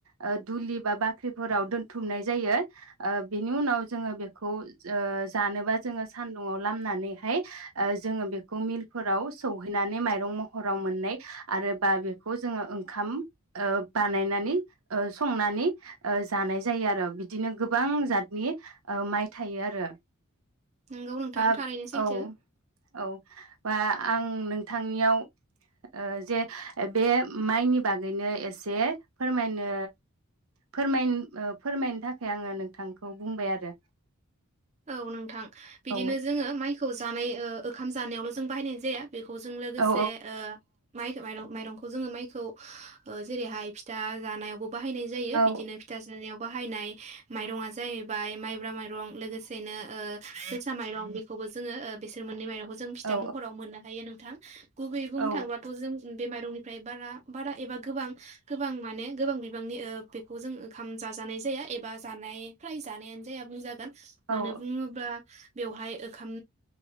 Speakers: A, on the right (about 75°); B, on the right (about 30°).
A: ओ दुलि बा बाख्रिफोराव दोनथुमनाय जायो। ओ बेनि उनाव जोङो बेखौ ओ जानोबा जोङो सानदुुंआव लामनानैहाय ओ जोङो बेखौ मिलफोराव सौहैनानै माइरं महराव मोननाय आरो बा बेखौ जोङो ओंखाम ओ बानायनानै ओ संनानै ओ जानाय जायो आरो। बिदिनो गोबां जाद नि ओ माइ थायो आरो।
B: नंगौ नोंथां
A: ओ
B: थारैनो सैथो
A: औ औ बा आं नोंथांनियाव ओ जे बे माइनि बागैनो एसे फोरमायनो फोरमायनो ओ फोरमायनो थाखाय आङो नोंथां खौ बुंबाय आरो।
B: औ नोंथां बिदिनो
A: औ
B: जोङो माइखौ जानाय ओ ओखाम जानायल' जों बाहायनाय जाया। बेखौ जों लोगोसे
A: औ
B: ओ माइखो माइरं-माइरंखो जोङो माइखौ ओ जेरैहाय फिथा जानायावबो बाहायनाय जायो
A: औ
B: बिदिनो फिथा जानायाव बाहायनाय माइरंआ जाहैबाय माइब्रा माइरं लोगोसे सेनो ओ जोसा माइरं बेखौबो जोङो ओ बिसोर मोननै माइरं बो जों फिथा
A: औ
B: महर मोननो हायो नोंथां। <inaudible> गुबैयै बुंनो
A: औ
B: थांबाथ' जों बे माइरंनि फ्राय बारा बारा एबा गोबां गोबां माने गोबां बिबांनि ओ बेखौ जों ओंखाम जा जानाय जाया एबा जानाय फ्राय जानायानो जाया बुंजागोन।
A: औ
B: मानो बुङोब्ला बेवहाय ओंखाम